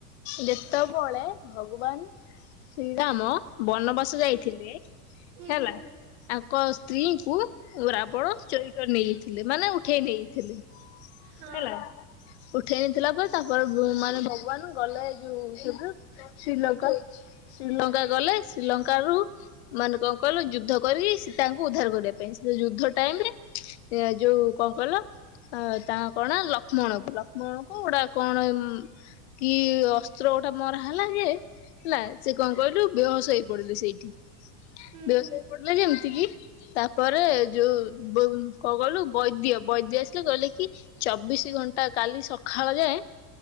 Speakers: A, on the left; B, on the right.
A: ଯେତେବେଳେ ଭଗବାନ ଶ୍ରୀରାମ ବନବାସ
B: ହୁଁ
A: ଯାଇଥିଲି
B: ହୁଁ
A: ହେଲା,
B: ହୁଁ
A: ତାଙ୍କ ସ୍ତ୍ରୀଙ୍କୁ ରାବଣ ଚୋରି କରି ନେଇଯାଇଥିଲେ, ମାନେ ଉଠେଇ ନେଇଯାଇଥିଲେ।
B: ହଁ
A: ହେଲା। ଉଠେଇନେଇଥିଲା ପରେ ତାପରେ ମାନେ ଭଗବାନ ଗଲେ ଯୋଉ। <unintelligible> ଶ୍ରୀଲଙ୍କା, ଶ୍ରୀଲଙ୍କା ଗଲେ ଶ୍ରୀଲଙ୍କା ରୁ ମାନେ କଣ କହିଲ ଯୁଦ୍ଧ କରିକି ସୀତା ଙ୍କୁ ଉଦ୍ଧାର କରିବା ପାଇଁ। ସେ ଯୁଦ୍ଧ ଟାଇମ୍ ରେ ଏ ଯୋଉ କଣ କହିଲ ଆ ତା କଣ ଲକ୍ଷ୍ମଣ କୁ ଲକ୍ଷ୍ମଣ କୁ ଗୋଟା କଣ କି ଅସ୍ତ୍ର ଗୋଟା ମର ହେଲା ଯେ ହେଲା, ସେ କଣ କହିଲୁ ବେହୋସ ହେଇ ପଡିଲେ ସେଇଠି।
B: ହୁଁ
A: ବେହୋସ ହେଇ ପଡିଲେ ଯେମିତି କି ତାପରେ ଯୋଉ କଣ କହିଲୁ ବୈଦ୍ୟ ବୈଦ୍ୟ ଆସିଲେ କହିଲେ କି ଚବିଶି ଘଣ୍ଟା କାଲି ସକାଳ ଯାଏ